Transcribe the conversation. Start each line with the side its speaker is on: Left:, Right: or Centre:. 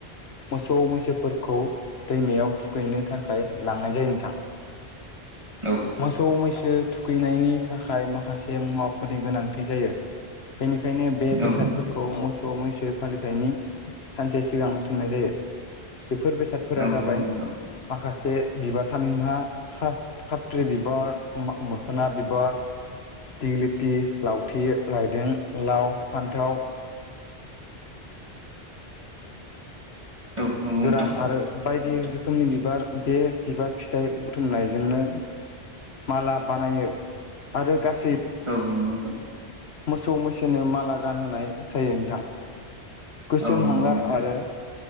Left: मोसौ मैसोफोरखौ दैमायाव थुखैनो थाखाय लांनाय जायो नोंथां
Right: औ
Left: मोसौ मै सो थुखैनायनि थाखाय माखासे मुवाफोरनि गोनांथि जायो बेनिखायनो बे बेसादफोरखौ
Right: औ
Left: मोसौ मैसो फालिथायनि सानसे सिगां बुथुमनाय जायो बेफोर बेसादफोरा
Right: औ
Left: जाबाय
Right: नंगौ नोंथां
Left: माखा से बिबार थामिनहा खा-खात्रि बिबार मो-मोखोना बिबार दिगलिथि लावथि, रायदों, लाव, फान्थाव
Right: औ नंगौ
Left: गोरान
Right: नोंथां
Left: आरो बायदि रोखोमनि बिबार बे बिबार फिथाइ बुथुमनायजोंनो माला बानायो आरो गास
Right: औ नंगौ नोथां
Left: मोसौ मैसोनो माला गानहोनाय जायो नोंथां गोसोम
Right: औ नंगौ
Left: हांगार
Right: नोंथां
Left: आरो